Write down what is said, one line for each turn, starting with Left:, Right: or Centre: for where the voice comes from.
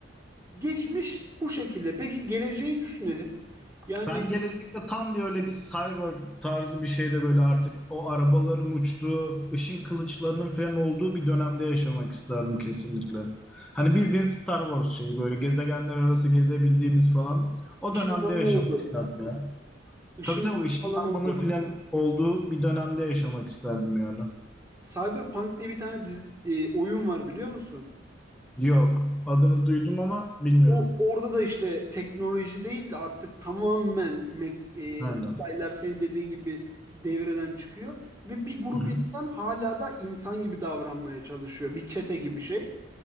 Right: geçmiş bu şekilde. Peki geleceği düşünelim. Yani
Centre: Ben gelecekte tam bir öyle bir cyborg tarzı bir şeyde böyle artık o arabaların uçtuğu, ışın kılıçlarının falan olduğu bir dönemde yaşamak isterdim kesinlikle. Hani bildiğin Star Wars şeyi böyle gezegenler arası gezebildiğimiz falan o
Right: ışınlanma
Centre: dönemde yaşamak
Right: oldu.
Centre: isterdim ya.
Right: Işınlanma
Centre: Tabii tabii ışınlanmanın
Right: falan oldu.
Centre: falan olduğu bir dönemde yaşamak isterdim yani.
Right: Cyberpunk diye bir tane dizi, e, oyun var biliyor musun?
Centre: Yok adını duydum ama bilmiyorum.
Right: O orada da işte teknoloji değil de artık tamamen mek-
Centre: Aynen.
Right: e, olaylar senin dediğin gibi devreden çıkıyor ve bir grup
Centre: Hı hı.
Right: insan hala da insan gibi davranmaya çalışıyor. Bir çete gibi şey.